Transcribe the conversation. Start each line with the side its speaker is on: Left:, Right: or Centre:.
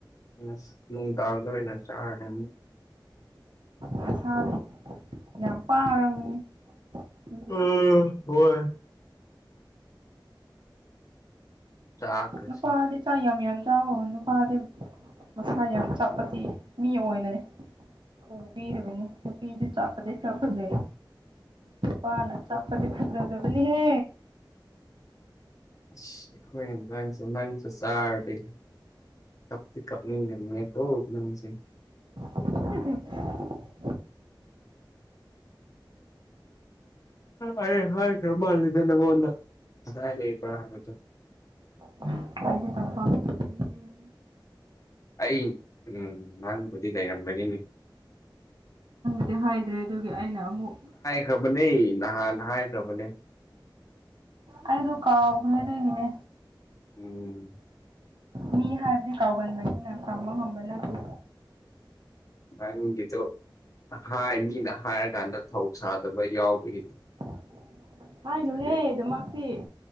Left: ꯉꯁ ꯅꯨꯡꯗꯥꯡꯗ ꯑꯣꯏꯅ ꯆꯥꯔꯅꯤ ꯑꯃꯨꯛ
Right: ꯅꯁꯥꯗꯤ ꯌꯥꯝ ꯄꯥꯔꯕꯅꯤ
Left: ꯑꯃꯨꯛ
Right: ꯑꯗꯨꯗꯤ
Left: ꯎꯝ ꯍꯣꯏ ꯆꯥꯛꯀꯁꯦ
Right: ꯅꯨꯄꯥꯗꯤ ꯆꯥꯛ ꯌꯥꯝ ꯌꯥꯝ ꯆꯥꯎꯑꯣ ꯅꯨꯄꯥꯗꯤ ꯃꯁꯥ ꯌꯥꯝ ꯆꯞꯄꯗꯤ ꯃꯤ ꯑꯣꯏꯅ
Left: ꯎꯝ
Right: ꯎꯕꯤꯗꯕꯅꯤ ꯅꯨꯄꯤꯗꯤ ꯆꯞꯄꯗꯤ ꯈꯔ ꯐꯖꯩ ꯅꯨꯄꯥꯅ ꯆꯞꯄꯗꯤ ꯐꯖꯗꯕꯅꯤꯍꯦ
Left: ꯑꯁ ꯑꯩꯈꯣꯢ ꯏꯟꯖꯥꯡꯁꯦ ꯅꯪꯁꯨ ꯆꯥꯔꯗꯤ ꯀꯞꯇꯤ ꯀꯞꯅꯤꯡꯒꯗꯨꯅꯤꯀꯣ ꯅꯝꯁꯦ
Right: <unintelligible>
Left: ꯑꯩ ꯍꯥꯏꯈ꯭ꯔ ꯃꯥꯜꯂꯤꯗ ꯅꯪꯉꯣꯟꯗ ꯀꯗꯥꯏ ꯂꯩꯕ꯭ꯔꯥ ꯍꯥꯏꯕꯗꯣ
Right: <inaudible> <unintelligible>
Left: ꯑꯩ ꯎꯝ ꯅ‌ꯪꯕꯨꯗꯤ ꯂꯩꯔꯝꯒꯅꯤꯅꯦ
Right: ꯗꯤ ꯍꯥꯏꯗ꯭ꯔꯦ ꯑꯗꯨꯒꯤ ꯑꯩꯅ ꯑꯃꯨꯛ
Left: ꯈ꯭ꯔꯕꯅꯦ ꯅꯍꯥꯟꯅ ꯍꯥꯏꯈ꯭ꯔꯕꯅꯦ
Right: ꯑꯩꯗꯣ ꯀꯥꯎꯕꯅꯦ ꯑꯗꯨꯒꯤꯅꯦ
Left: ꯎꯝ
Right: ꯃꯤ ꯍꯥꯏꯕꯗꯤ ꯀꯥꯎꯒꯟꯕꯅꯤꯅꯥ ꯇꯝꯕ ꯉꯝꯕ ꯅꯠꯇꯦ
Left: ꯅꯪꯒꯤꯗ‌ꯣ ꯍꯥꯢ ꯃꯤꯅ ꯍꯥꯏꯔꯀꯥꯟꯗ ꯊꯧ ꯁꯥꯗꯕ ꯌꯥꯎꯕꯒꯤꯅꯤ
Right: <inaudible> ꯍꯥꯏꯅꯨꯍꯦ
Left: ꯍꯥꯏꯗꯤ
Right: ꯑꯗꯨꯃꯛꯇꯤ